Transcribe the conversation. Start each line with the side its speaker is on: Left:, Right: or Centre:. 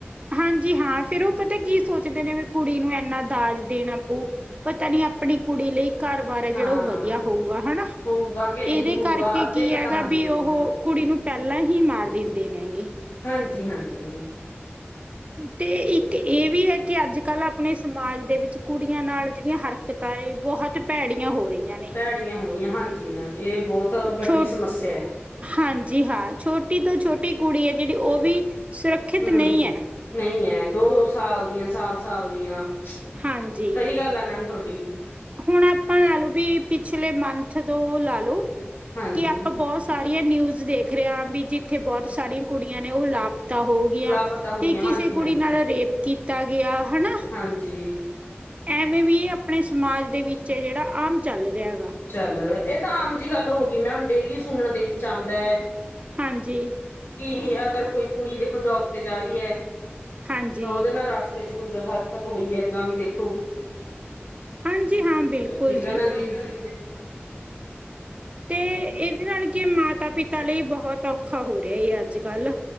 Right: ਹਾਂਜੀ ਹਾਂ ਫੇਰ ਉਹ ਪਤਾ ਕੀ ਸੋਚਦੇ ਨੇ ਵੀ ਕੁੜੀ ਨੂੰ ਇੰਨਾ ਦਾਜ ਦੇਣ ਪਾਉ, ਪਤਾ ਨੀ। ਆਪਣੀ ਕੁੜੀ ਲਈ ਘਰ ਵਾਰ ਹੈ। ਜਿਹੜਾ
Left: ਹਾਂ।
Right: ਉਹ ਵਧੀਆ ਹੋਊਗਾ ਹਨਾ।
Left: ਹੋਊਗਾ ਕਿ
Right: ਇਹਦੇ
Left: ਨਹੀਂ ਹੋਊਗਾ
Right: ਕਰਕੇ
Left: ਅੱਧੇ
Right: ਕੀ
Left: ਕ
Right: ਹੈਗਾ
Left: ਤਾਂ ਹਾਂਜੀ
Right: ਵੀ ਉਹ ਕੁੜੀ ਨੂੰ ਪਹਿਲਾਂ ਹੀ ਮਾਰ ਦਿੰਦੇ ਨੇ ਹੈਗੇ।
Left: ਹਾਂਜੀ। ਹਾਂਜੀ।
Right: ਤੇ ਇੱਕ ਇਹ ਵੀ ਹੈ ਕਿ ਅੱਜ ਕੱਲ੍ਹ ਆਪਣੇ ਸਮਾਜ ਦੇ ਵਿੱਚ। ਕੁੜੀਆਂ ਨਾਲ ਜਿਹੜੀਆਂ ਹਰਕਤਾਂ ਐ, ਬਹੁਤ ਭੈੜੀਆਂ ਹੋ ਰਹੀਆਂ ਨੇ।
Left: ਭੈੜੀਆਂ ਹੋ ਰਹੀਆਂ ਹਾਂਜੀ ਮੈਮ, ਇਹ ਬਹੁਤ ਵੱਡੀ
Right: ਛੋ
Left: ਸਮੱਸਿਆ ਹੈ।
Right: ਹਾਂਜੀ ਹਾਂ, ਛੋਟੀ ਤੋਂ ਛੋਟੀ ਕੁੜੀ ਹੈ ਜਿਹੜੀ ਉਹ ਵੀ। ਸੁਰੱਖਿਅਤ
Left: ਹਮ,
Right: ਨਹੀਂ ਹੈ
Left: ਨਹੀਂ ਹੈ। ਦੋ -ਦੋ ਸਾਲ ਦੀਆਂ, ਸਾਲ- ਸਾਲ ਦੀਆਂ।
Right: ਹਾਂਜੀ,
Left: ਸਹੀ ਗੱਲ ਹੈ ਮੈਮ ਤੁਹਾਡੀ
Right: ਹੁਣ ਆਪਾਂ ਲਾ ਲਓ ਵੀ। ਪਿਛਲੇ ਮੰਥ ਤੋਂ ਲਾਲੋ,
Left: ਹਾਂਜੀ
Right: ਕਿ ਆਪਾਂ ਬੌਸ। ਸਾਰੀਆਂ ਨਿਊਜ਼ ਦੇਖ ਰਿਹਾ ਹਾਂ ਵੀ ਜਿੱਥੇ ਬਹੁਤ ਸਾਰੀਆਂ ਕੁੜੀਆਂ ਨੇ ਉਹ ਲਾਪਤ। ਤਾਂ ਹੋ ਗਿਆ,
Left: ਲਾਪਤਾ ਹੋ
Right: ਤੇ
Left: ਗਈਆਂ
Right: ਕਿਸੇ
Left: ਹਾਂਜੀ
Right: ਕੁੜੀ
Left: ਹਾਂਜੀ
Right: ਨਾਲ ਰੇਪ ਕੀਤਾ ਗਿਆ ਹਨਾ।
Left: ਹਾਂਜੀ।
Right: ਐਵੇਂ ਵੀ ਆਪਣੇ ਸਮਾਜ ਦੇ ਵਿੱਚ ਹੈ, ਜਿਹੜਾ ਆਮ ਚੱਲ ਰਿਹਾ ਹੈਗਾ।
Left: ਚੱਲ ਰਿ, ਇਹ ਤਾਂ ਆਮ ਜਿਹੀ ਗੱਲ ਹੋ ਗਈ ਮੈਂਮ ਹੁਣ ਡੇਲੀ ਸੁਣਨ ਦੇ ਵਿੱਚ ਆਉਂਦਾ ਹੈ।
Right: ਹਾਂਜੀ।
Left: ਕਿ ਅਗਰ ਕੋਈ ਕੁੜੀ ਦੇਖੋ ਜੋਬ ਤੇ ਜਾ ਰਹੀ ਹੈ,
Right: ਹਾਂਜੀ,
Left: ਤਾਂ ਉਹਦੇ ਨਾਲ ਰਸਤੇ 'ਚ। ਕੋਈ ਹਰਕਤ ਹੋਈ ਹੈ, ਇਏਦਾਂ ਦੀ ਦੇਖੋ।
Right: ਹਾਂਜੀ ਹਾਂ ਬਿਲਕੁਲ
Left: ਠੀਕ ਆ ਨਾ ਜੀ ਹਾਂ।
Right: ਤੇ ਇਹਦੇ ਨਾਲ ਕੀ ਮਾਤਾ-ਪਿਤਾ ਲਈ ਬਹੁਤ ਔਖਾ ਹੋ ਰਿਹਾ ਹਾਂ ਅੱਜ -ਕੱਲ।